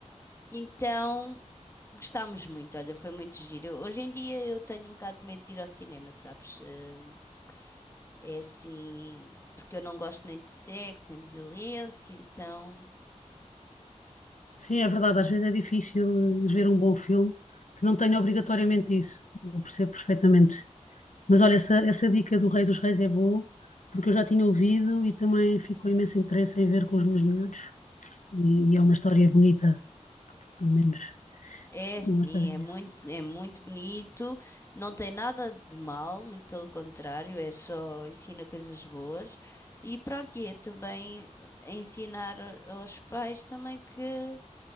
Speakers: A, on the left; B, on the left.
A: Então gostámos muito, olha, foi muito giro. Hoje em dia eu tenho um bocado de medo de ir ao cinema, sabes? Ah, É assim, porque eu não gosto nem de sexo, nem de violência, então
B: Sim, é verdade, às vezes é difícil eh, ir ver um bom filme que não tenha obrigatoriamente isso. Eu percebo perfeitamente. Mas olha, essa, essa dica do Rei dos Reis é boa, porque eu já tinha ouvido e também ficou imenso interesse em ver com os meus miúdos. E, e é uma história bonita, pelo menos.
A: é assim,
B: É Uma história bonita.
A: é muito, é muito bonito, não tem nada de mal, muito pelo contrário, é só ensina coisas boas. E pronto, e é também ensinar a- aos pais também que